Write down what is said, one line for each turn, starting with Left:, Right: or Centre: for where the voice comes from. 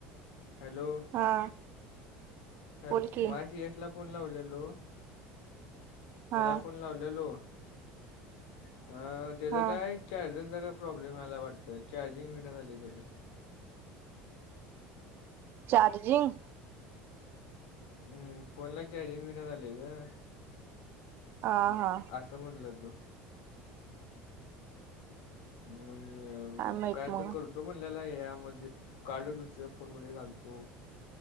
Left: हॅलो.
Right: हा.
Left: मघाशी
Right: बोल की
Left: यश ला फोन लावलेलो त्याला
Right: हा
Left: फोन. लावलेलो अ त्याचं
Right: हा
Left: काय. चार्जिंगचा काय प्रॉब्लेम व्हायलाय वाटतं चार्जिंग होईना झालंय तेज
Right: चार्जिंग.
Left: हम् फोनला चार्जिंग बी नाही झालेय ग.
Right: हा हा
Left: असं म्हणलं तू. म्हणजे मग
Right: माहित
Left: तू काय
Right: मग
Left: तर करतो म्हणल्याला ह्यामध्ये कार्ड दुसऱ्या फोनमध्ये घालतो